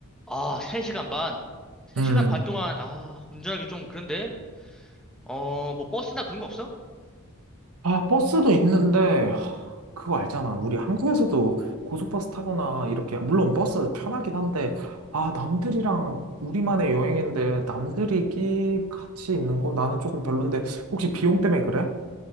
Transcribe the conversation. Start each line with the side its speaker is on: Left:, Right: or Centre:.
Centre: 아, 3시간 반. 3시간
Right: 음.
Centre: 반 동안, 아, 운전하기 좀 그런데? 어, 뭐, 버스나 그런 거 없어?
Right: 아, 버스도 있는데, 하, 그거 알잖아. 우리 한국에서도 고속버스 타거나 이렇게, 물론 버스 편하긴 한데, 아, 남들이랑 우리만의 여행인데, 남들이 끼 같이 있는 거? 나는 조금 별론데, 혹시 비용 때문에 그래?